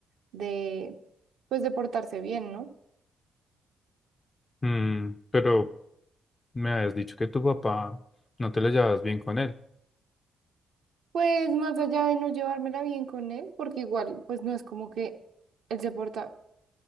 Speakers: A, on the right (about 75°); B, on the left (about 35°).
A: de, pues de portarse bien, ¿no?
B: Mm, pero me habías dicho que tu papá no te lo llevabas bien con él
A: Pues más allá de no llevármela bien con él, porque igual, pues no es como que él se porta,